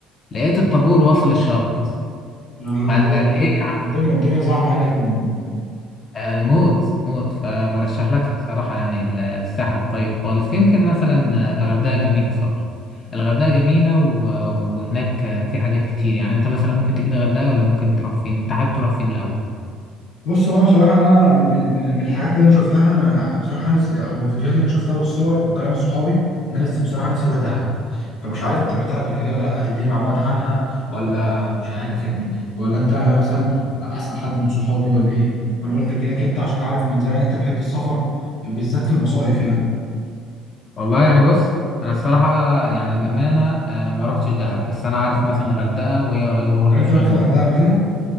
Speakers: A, on the left (about 40°); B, on the left (about 75°).
A: لقيت الطابور واصل للشط
B: ال-
A: فقال ايه يا عم
B: الدنيا الدنيا زحمه هناك يعني.
A: آه، موت موت فمرشح لك صراحة يعني ال- الساحل الطيب خالص يمكن مثلا آه، الغردقة جميلة صراحة الغردقة جميلة و- وهناك آه، في حاجات كتير يعني انت مثلا ممكن تيجي الغردقة ولا ممكن تروح فين انت حابب تروح فين الأول
B: بص هو انا بصراحه انا من من من من الحاجات اللي انا شفتها انا بصراحه نفسي او الفيديوهات اللي انا شفتها والصور وكلام صحابي ان انا نفسي- بصراحه نفسي اروح دهب فمش عارف انت رحتها قبل كده ولا لا تديني معلومات عنها ولا مش عارف يعني ولا انت مثلا اسال حد من صحابي ولا ايه فانا قلت اجي لك انت عشان اعرف من زمان انت بتحب السفر بالذات في المصايف يعني
A: والله يعني بص انا الصراحة يعني بأمانة آه، ما رحتش دهب بس انا عارف مثلا الغردقة وهي قريبة برضه
B: طب انت
A: شوية
B: رحت
A: من
B: الغردقه
A: دهب
B: قبل كده